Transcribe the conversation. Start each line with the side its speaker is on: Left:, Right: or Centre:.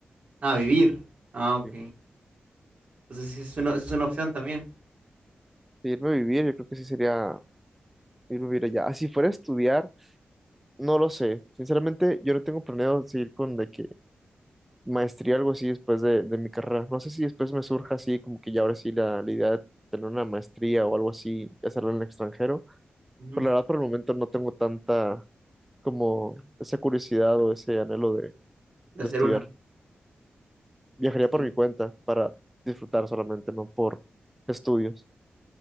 Right: Ah, ¿A vivir? Ah, ok.
Centre: sí.
Right: Entonces sí, es una, es una opción también,
Centre: irme a vivir, yo creo que sí sería irme a vivir allá. Ah, si fuera a estudiar, no lo sé. Sinceramente, yo no tengo planeado seguir con de que maestría o algo así después de, de mi carrera. No sé si después me surja así, como que ya ahora sí la, la idea de tener una maestría o algo así, y hacerla en el extranjero.
Right: ujú,
Centre: Pero la verdad, por el momento no tengo tanta como esa curiosidad o ese anhelo de,
Right: de
Centre: de
Right: hacer
Centre: estudiar.
Right: una.
Centre: Viajaría
Right: Sí,
Centre: por mi cuenta para disfrutar solamente, no por estudios.